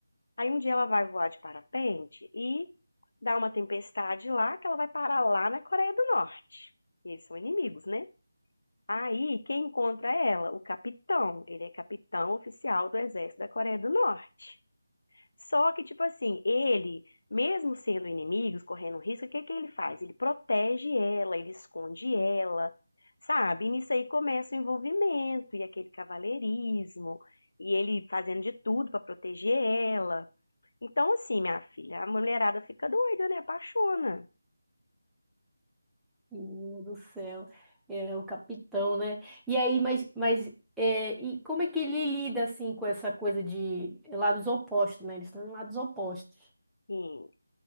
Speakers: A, on the left; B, in the centre.
A: Aí um dia ela vai voar de parapente e dá uma tempestade lá, que ela vai parar lá na Coreia do Norte. E eles são inimigos, né? Aí, quem encontra ela? O capitão. Ele é capitão oficial do exército da Coreia do Norte. Só que, tipo assim, ele, mesmo sendo inimigos, correndo um risco, o que que ele faz? Ele protege ela, ele esconde ela, sabe? E nisso aí começa o envolvimento e aquele cavalheirismo, e ele fazendo de tudo pra proteger ela. Então, assim, minha filha, a mulherada fica doida, né? Apaixona.
B: Menino do céu, é o capitão, né? E aí, mas,
A: É.
B: mas é, e como é que ele lida assim com essa coisa de lados opostos, né? Eles estão em lados opostos.
A: E